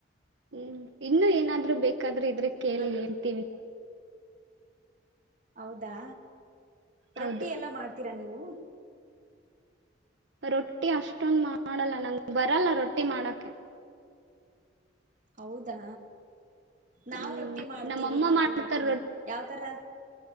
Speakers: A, on the right (about 75°); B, on the right (about 45°).
A: ಹ್ಮ್ ಇನ್ನು ಏನಾದ್ರು ರು ಬೇಕಾದ್ರೆ ಇದ್ರ ಕೇಳಿ
B: ಮತ್
A: ಹೇಳ್ತೀವಿ
B: ಹೌದಾ
A: ಹೌದು
B: ರೊಟ್ಟಿ ಎಲ್ಲ ಮಾಡ್ತೀರಾ ನೀವು ಹಓ
A: ರೊಟ್ಟಿ ಅಷ್ಟೊಂದ ಮಾಡಲ್ಲ ನಂ ಬರಲ್ಲ ರೊಟ್ಟಿ ಮಾಡಕ
B: ಹೌದಾ ನಾವವು್
A: ಹ್ಮ್
B: ರೊಟ್ಟಿ ಮಾಡ್ತೀವಿ
A: ನಮ್ಮಮ್ಮ
B: ನಾವು
A: ಮಾಡ್ತಾರ
B: ರೊಟ್ಟಿ ಮಾಡ ಯಾವ್ತರ